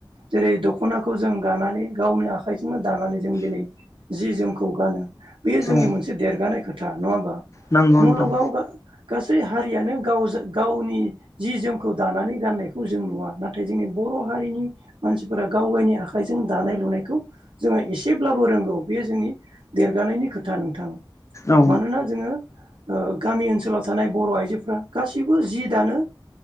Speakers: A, on the right (about 85°); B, on the left (about 35°).
A: जेरै दख'नाखौ जों दानानै गावनि आ खाइजोंनो दानानै जों दिनै जि जोमखौ गानो बेयो जोंनि
B: औ
A: मोनसे से देरगानाय खोथा नङा होमबा
B: नंगौ
A: मुलुगाव
B: नोंथां
A: गासै हारियानो गाव गावनि जि जोमखौ दानानै गाननायखौ जों नुवा नाथाय जोंनि बर' हारिनि मानसिफोरा गाव गावनि आखाइजों दानाय लुनायखौ जोङो एसेब्लाबो रोंगौ बे जोंनि देरगानायनि खोथा नोंथां
B: औ
A: मानोना जोङो गामि ओनसोलाव थानाय बर' आइजोफ्रा गाससिबो जि दानो